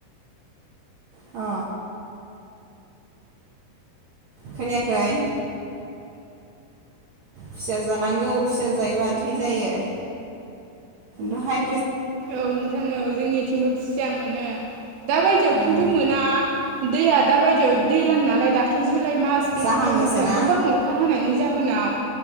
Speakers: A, on the right (about 60°); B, on the right (about 80°).
A: अ खोनायाखै? खुसिया जानांगौ खुसिया जायोबा थै जायो। दहाय
B: औ नोंथां औ जोंनिथिंबो खुसिया दा बायदियाव
A: उम
B: खिन्थु मोना दैया दा बायदियाव दैज्लां नालाय दाथ' जुलाइ मास बे
A: जाहाङोसो
B: जुलाइ मासाव
A: ना
B: गोबां अखा हानायनि जाहोनाव